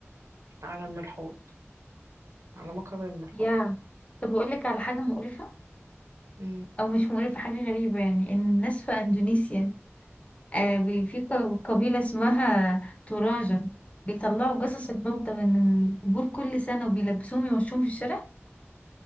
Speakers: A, on the right (about 85°); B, on the left (about 30°).
A: على المرحاض على مقعد المرحاض
B: يا طب اقول لك على حاجه مقرفه
A: مم.
B: او مش مقرفه حاجه غريبه يعني ان الناس في اندونيسيا آه بي- في ق- قبيله اسمها توراجة بيطلعوا جثث الموتى من القبور كل سنه وبيلبسوهم يمشوهم في الشارع